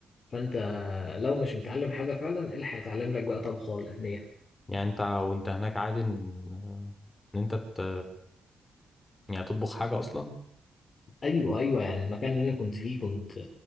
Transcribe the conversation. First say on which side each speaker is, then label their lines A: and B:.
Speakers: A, on the left (about 45°); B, on the left (about 20°).
A: فانت لو مش متعلم حاجه فعلا ايه اللي هيتعلم لك بقى طبخه ولا اتنين
B: يعني انت وانت هناك عادي ان آه، ان انت ت... يعني تطبخ حاجه اصلا
A: ايوه ايوه يعني المكان اللي انا كنت فيه كنت